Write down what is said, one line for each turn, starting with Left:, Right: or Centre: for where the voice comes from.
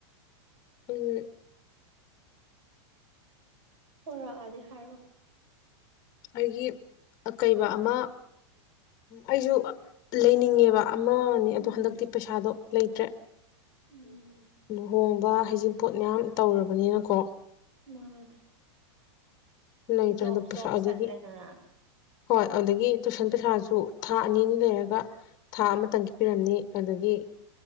Left: ꯎꯝ
Right: ꯄꯣꯔꯛꯑꯗꯤ ꯍꯥꯏꯔꯛꯑꯣ
Left: ꯑꯩꯒꯤ ꯑꯀꯩꯕ ꯑꯃ ꯑꯩꯖꯤ ꯂꯩꯅꯤꯡꯉꯦꯕ ꯑꯃ ꯑꯅꯤ
Right: ꯎꯝ
Left: ꯑꯗꯣ ꯍꯟꯗꯛꯇꯤ ꯄꯩꯁꯥꯗꯣ ꯂꯩꯇ꯭ꯔꯦ
Right: ꯎꯝ
Left: ꯂꯨꯍꯣꯡ ꯕ ꯍꯩꯖꯤꯡ ꯄꯣꯠ ꯃꯌꯥꯝ ꯇꯧꯔꯕꯅꯤꯅꯀꯣ
Right: ꯃꯥꯅꯦ
Left: ꯂꯩꯇ꯭ꯔꯦ
Right: ꯖꯣꯞ
Left: ꯍꯟꯗꯛ
Right: ꯖꯣꯞ
Left: ꯄꯩꯁꯥ ꯑꯗꯒꯤ
Right: ꯆꯠꯂꯦꯗꯅ
Left: ꯍꯣꯏ ꯑꯗꯒꯤ ꯇꯨꯏꯁꯟ ꯄꯩꯁꯥꯁꯨ ꯊꯥ ꯑꯅꯤ ꯑꯅꯤ ꯂꯩꯔꯒ ꯊꯥ ꯑꯃꯇꯪꯒꯤ ꯄꯤꯔꯝꯅꯤ ꯑꯗꯒꯤ